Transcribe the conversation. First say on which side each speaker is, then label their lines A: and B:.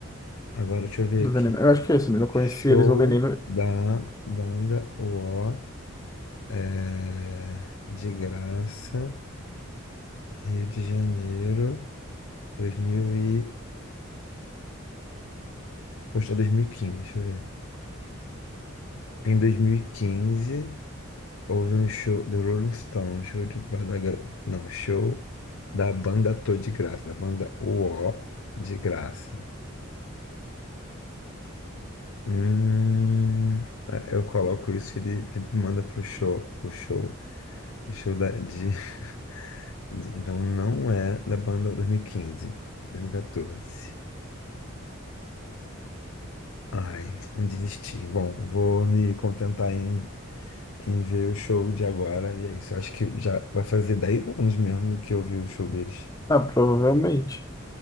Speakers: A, on the left; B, on the left.
A: Agora deixa eu ver
B: do
A: aqui,
B: Veneno. Eu acho que é isso mesmo. Eu
A: show
B: conheci eles no Veneno.
A: da banda O é, de graça, Rio de Janeiro, 2015, postou 2015, deixa eu ver. Em 2015 houve um show do Rolling Stone, show de banda, gra- não, show da banda Tô de Graça, da banda U O de Graça. Hum, eu coloco isso, ele, ele manda pro show, o show, show da, de, <laughs> de- então não é da banda dois dois mil mil e quinze, dois mil e 2014. Ai, desisti. Bom, vou me contentar em em ver o show de agora. E é isso. Eu acho que já vai fazer 10 anos mesmo que eu vi o show deles.
B: Ah, provavelmente.